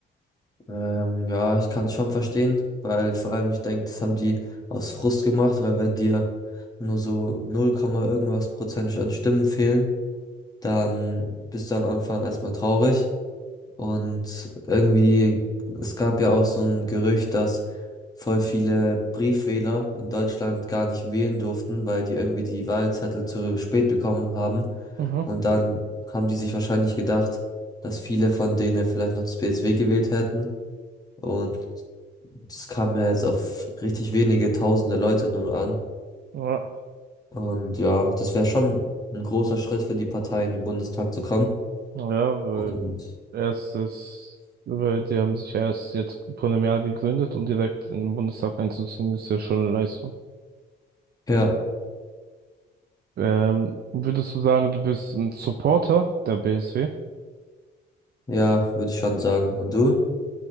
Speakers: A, on the left; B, on the right.
A: Ähm, ja, ich kann es schon verstehen, weil vor allem ich denke, das haben die aus Frust gemacht, weil wenn dir nur so 0, Komma irgendwas Prozent an Stimmen fehlen, dann bist du am Anfang erstmal traurig. Und irgendwie, es gab ja auch so ein Gerücht, dass voll viele Briefwähler in Deutschland gar nicht wählen durften, weil die irgendwie die Wahlzettel zu spät bekommen haben.
B: Mhm.
A: Und dann haben die sich wahrscheinlich gedacht, dass viele von denen vielleicht noch das BSW gewählt hätten. Und es kam ja jetzt auf richtig wenige tausende Leute nur an.
B: Ja,
A: Und ja, das wäre schon ein großer Schritt für die Parteien im Bundestag zu kommen.
B: ja, weil
A: Und
B: Erstes, weil die haben sich ja erst jetzt vor einem Jahr gegründet und direkt in den Bundestag einzuziehen, ist ja schon eine Leistung.
A: ja,
B: Ähm, würdest du sagen, du bist ein Supporter der BSW?
A: ja, würde ich schon sagen. Und du?